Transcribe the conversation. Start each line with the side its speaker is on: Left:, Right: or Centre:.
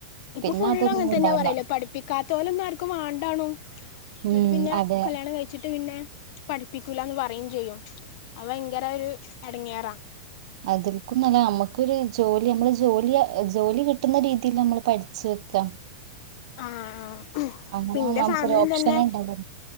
Left: ഇപ്പൊ
Right: പിന്നെ
Left: ഫുള്ള്
Right: അതൊന്നും
Left: അങ്ങനെ തന്നെയാ
Right: ഉണ്ടാവില്ല.
Left: പറയല് പഠിപ്പിക്കാത്തോരെയൊന്നും ആർക്കും വേണ്ടാണു എന്നിട്ട്
Right: ഉം
Left: പിന്നെ
Right: അതെ.
Left: കല്യാണം കഴിച്ചിട്ട് പിന്നെ പഠിപ്പിക്കൂല എന്ന് പറയുകയും ചെയ്യും അത് ഭയങ്കര ഒരു എടങ്ങേറാ
Right: അതിൽക്കുംന്നല്ല നമ്മുക്കൊരു ജോലി നമ്മള് ജോലി ജോലി കിട്ടുന്ന രീതിയിൽ നമ്മൾ പഠിച്ചു വെക്കാ
Left: ആഹ് ആഹ് ആഹ്
Right: അങ്ങനെ
Left: നിന്റെ
Right: നമുക്കൊരു
Left: ഫാമിലിയും
Right: ഓപ്ഷൻ
Left: തന്നെ
Right: ഇണ്ടാവോ